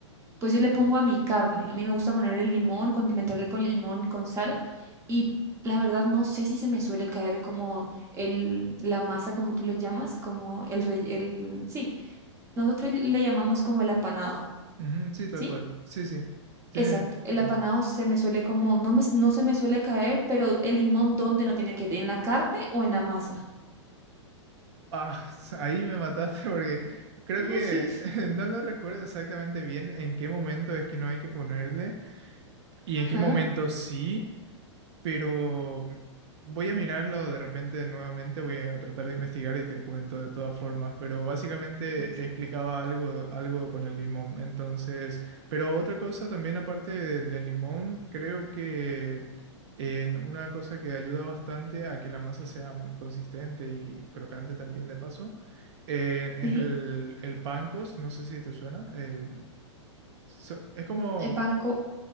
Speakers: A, on the right; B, on the right.
A: pues yo le pongo a mi carne. A mí me gusta ponerle limón, condimentarle con limón, con sal. Y la verdad no sé si se me suele caer como el, la masa, como tú le llamas, como el, re- el, sí, nosotros le llamamos como el apanado,
B: Ujú, sí, tal
A: ¿sí?
B: cual. Sí, sí. Tiene.
A: Exacto, el
B: em,
A: apanado se me suele como, no me, no se me suele caer, pero el limón, ¿dónde no tiene que ir? ¿En la carne o en la masa?
B: ah, <laughs> ahí me mataste porque creo
A: <laughs>
B: que <laughs> no lo recuerdo exactamente bien en qué momento es que no hay que ponerle y
A: Ajá,
B: en qué momento sí. Pero mm, voy a mirarlo de repente nuevamente, voy a tratar de investigar y te cuento de todas formas, pero básicamente
A: ok.
B: explicaba algo, algo con el limón. Entonces, pero otra cosa también aparte de- del limón, creo que en una cosa que ayuda bastante a que la masa sea consistente y crocante también de paso, en- es
A: Sí,
B: el, el pancos, no sé si te suena, el, so- es como...
A: el panco,